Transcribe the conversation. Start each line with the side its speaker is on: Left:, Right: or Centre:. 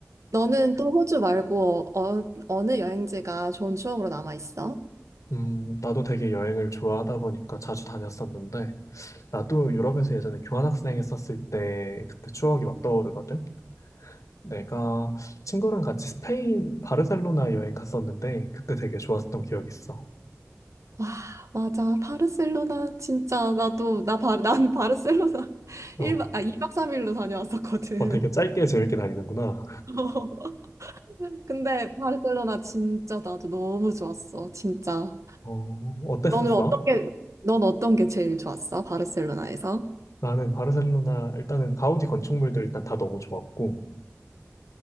Right: 너는 또 호주 말고 어, 어느 여행지가 좋은 추억으로 남아 있어?
Left: 음, 나도 되게 여행을 좋아하다 보니까 자주 다녔었는데, 나도 유럽에서 예전에 교환학생 했었을 때, 그때 추억이 막 떠오르거든? 내가 친구랑 같이 스페인 바르셀로나 여행 갔었는데, 그때 되게 좋았었던 기억이 있어.
Right: 와, 맞아. 바르셀로나 진짜 나도 나 바, 난 바르셀로나 <laughs>
Left: 어,
Right: 일 박아 2박 3일로 다녀왔었거든.
Left: 어, 되게 짧게 재밌게 다니는구나.
Right: <laughs> 근데 바르셀로나 진짜 나도 너무 좋았어. 진짜.
Left: 어, 어땠었어?
Right: 너는 어떤 게, 넌 어떤 게 제일 좋았어? 바르셀로나에서?
Left: 나는 바르셀로나, 일단은 가우디 건축물들 일단 다 너무 좋았고,